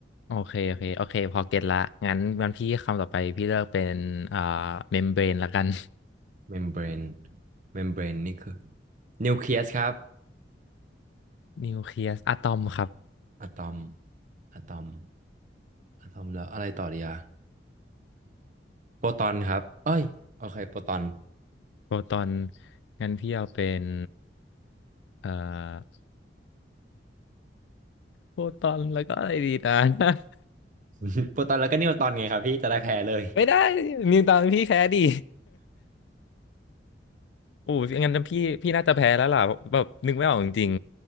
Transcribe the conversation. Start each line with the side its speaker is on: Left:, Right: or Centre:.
Left: โอเคโอเคโอเคพอเก็ตละงั้นงั้นพี่คำต่อไปพี่เลือกเป็นอ่าเมมเบรนละกัน
Right: เมมเบรนเมมเบรนนี่คือนิวเคลียสครับ
Left: <laughs> นิวเคลียสอะตอมครับ
Right: อะตอมอะตอมอะตอมแล้วอะไรต่อดีอะโปรตอนครับเอ้ยโอเคโปรตอน
Left: โปรตอนงั้นพี่เอาเป็นเอ่อโปรตอนแล้วก็อะไรดีนะ <laughs>
Right: <laughs> โปรตอนแล้วก็นิวตอนไงครับพี่จะได้แพ้เลย
Left: ไม่ได้นิวตอนพี่แพ้ดิ <laughs> โอ้ยงั้นพี่พี่น่าจะแพ้แล้วล่ะแบบนึกไม่ออกจริง